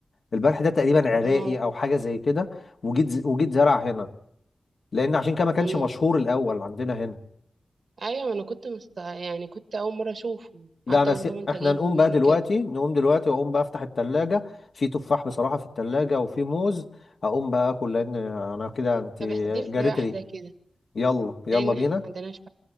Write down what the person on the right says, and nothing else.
الله
امم
ايوه انا كنت مست... يعني كنت اول مره اشوفه
قعدت
اقول
بابا انت
جايبه
منين
كده
طب احذف
لي واحده
كده
لان احنا
ما عندناش